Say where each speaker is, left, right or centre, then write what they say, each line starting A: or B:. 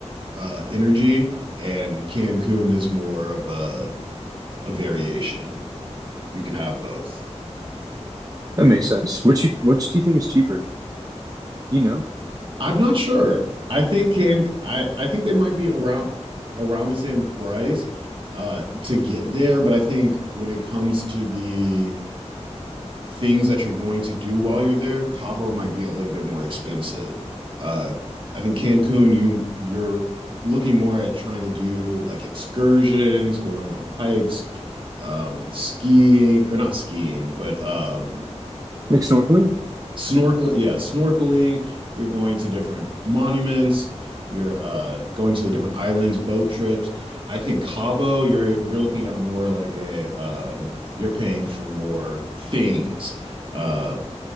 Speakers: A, on the right; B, on the right.
A: uh energy, and Cancun is more of a a variation. You can have both.
B: That makes sense. Which you, which do you think is cheaper? You know,
A: I'm not sure. I think can I I think they might be around around the same price uh to get there, but I think when it comes to the things that you're going to do while you're there, Cabo might be a little bit more expensive. Uh I think Cancun you you're looking more at trying to do like excursions, going on hikes, um skiing or not skiing, but um
B: Like snorkeling?
A: Snorkeling, yeah, snorkeling. You're going to different monuments. You're uh, going to the different islands, boat trips. I think Cabo, you're you're looking at more like a um, you're paying for more things, uh,